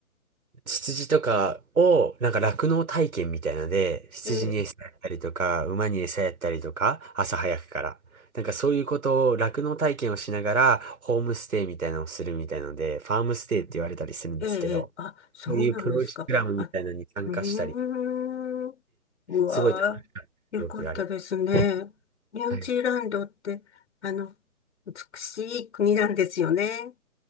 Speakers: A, on the right (about 75°); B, on the left (about 55°).
A: 羊とかを、なんか酪農体験みたいなので、羊に餌やったりとか、
B: ええ、
A: 馬に餌やったりとか、朝早くから。なんかそういうことを、酪農体験をしながら、ホームステイみたいなのをするみたいなので、ファームステイって言われたりするんですけど、
B: ええ、ええあ、そうなんですか。
A: そういうプログラムみたいなのに参加したり
B: あ、うーん、うわー、
A: すごい楽しかった記憶があり
B: よかったですね。
A: ます。
B: ニュージーランドって、
A: はい、
B: あの、美しい国なんですよね。